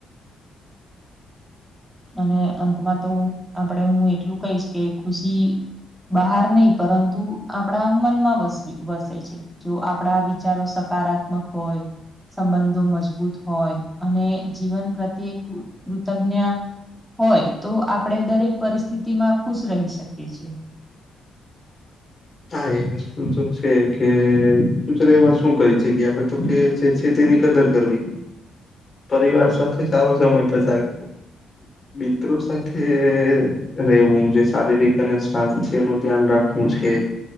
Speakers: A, in the centre; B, on the left.
A: અને અંતમાં તો આપણેે હું એટલું કહીશ કે ખુશી બહાર નહી પરંતુ આપડા મનમાં વસવી વસે છે જો આપડા વિચારો સકારાત્મક હોય સંબંધો મજબૂત હોય અને જીવન પ્રત્યે કૃતજ્ઞા હોય તો આપણેે દરેક પરિસ્થિતિ માં ખુશ રહી શકીએ છ છેએ
B: હા એ તો છે કે સત એવા શું કરી છે કે આપડે તો કે જે છે તેની કદર કરવી
A: <inaudible>
B: પરિવાર સાથે સારો સમય પસાર કરવો મિત્રો સાથે રહેવું છે શારીરિક અને સ્વાસ્થ્ય નું ધ્યાન રાખવું છે